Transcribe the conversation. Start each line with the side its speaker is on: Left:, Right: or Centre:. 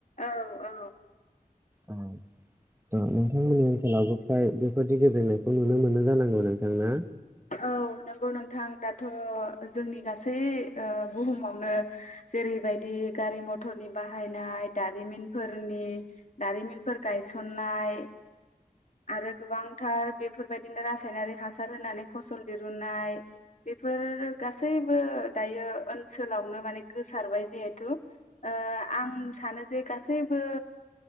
Left: औ औ
Right: औ ओ नोंथांमोननि ओनसोलावबो फ्राय बेबायदि गेब्रेंनायखौ नुनो मोनो जानांगौ नोंथां ना
Left: औ नंगौ नोंथां दाथ' जोंनि गासै ओ बुहुमावनो जेरैबायदि गारि मथरनि बाहायनाय दारिमिनफोरनि दारिमिनफोर गायसननाय आरो गोबां टार बेफोरबायदिनो रासायनारि हासार होनानै फसल दिरुननाय बेफोर गासैबो दायो ओनसोलावनो माने गोसारबाय जिहेथु ओ आं सानो जे गासैबो